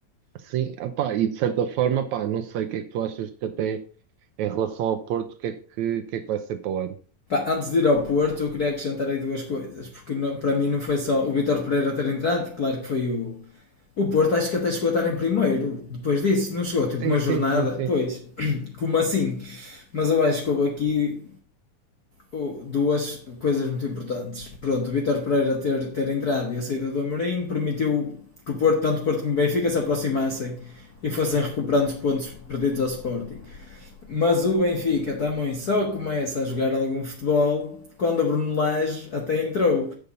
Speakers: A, on the right; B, on the left.
A: sim, epá, e de certa forma, epá, não sei o que é que tu achas que até em relação ao Porto, o que é que, o que é que vai ser para o ano?
B: antes de ir ao Porto, eu queria acrescentar aí duas coisas, porque não- para mim não foi só o Vitor Pereira ter entrado, claro que foi o. O Porto acho que até chegou a estar em primeiro depois disso, não chegou tipo
A: Sim,
B: uma
A: sim,
B: jornada,
A: sim, sim.
B: pois, <clears throat> como assim? Mas eu acho que houve aqui oh, duas coisas muito importantes. Pronto, o Vitor Pereira ter, ter entrado e a saída do Amorim permitiu que o Porto, tanto o Porto como o Benfica, se aproximassem e fossem recuperando os pontos perdidos ao Sporting. Mas o Benfica também só começa a jogar algum futebol quando a Bruno Lage até entrou.